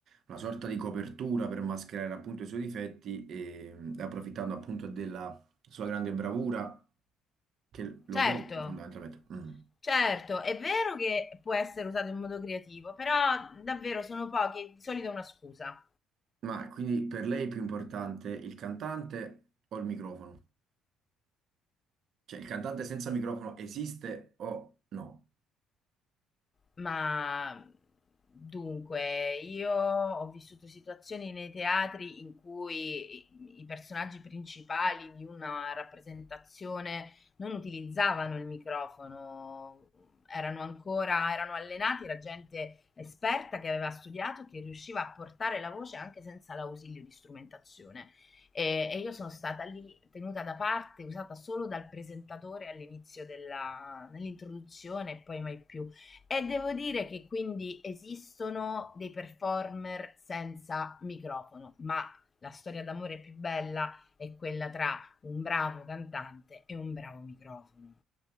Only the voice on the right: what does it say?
una sorta di copertura per mascherare appunto i suoi difetti e mh, approfittando appunto della sua grande bravura che lo
copre fondamentalmente. Mm.
Ma quindi per lei è più importante il cantante o il microfono? Cioè il cantante senza microfono esiste o no?